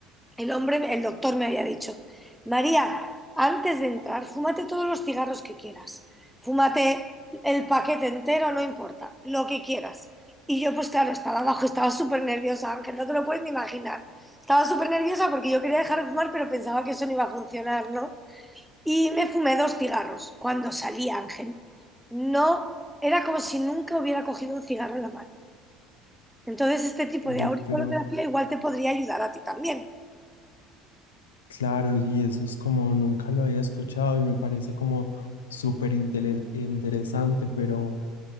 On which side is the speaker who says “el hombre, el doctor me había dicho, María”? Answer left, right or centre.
Centre